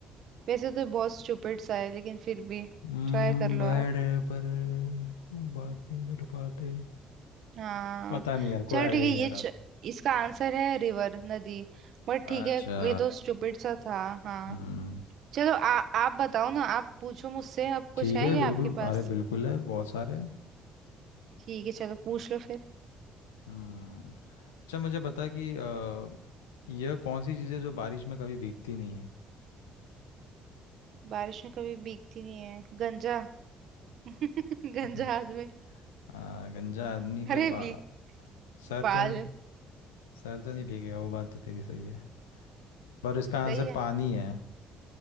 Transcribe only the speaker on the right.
वैसे तो बहुत स्टूपिड सा है लेकिन फिर भी
ट्राई कर
लो आप
हाँ
चल
ठीक है ये
च...
इसका आंसर है रिवर नदी बट
ठीक है ये तो स्टूपिड सा था हाँ
चलो आ, आप बताओ ना आप पूछो मुझसे अब कुछ
है
क्या
आपके पास
ठीक है चलो पूछ लो फिर
बारिश में कभी भीगती नहीं है गंजा <laughs> गंजा
हाथ में
अरे
भीग
बाल
सही
है